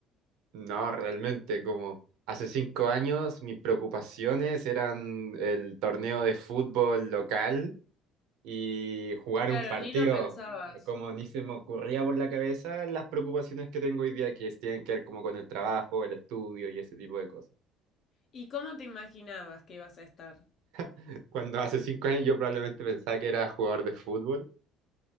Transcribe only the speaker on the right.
no, realmente como... Hace cinco años mis preocupaciones eran el torneo de fútbol local y jugar
un partido.
Es Como ni se me ocurría por la cabeza las preocupaciones que tengo hoy día que tienen que ver como con el trabajo, el estudio y ese tipo de cosas.
<laughs> Cuando hace cinco años yo probablemente pensaba que era jugador de fútbol. <laughs>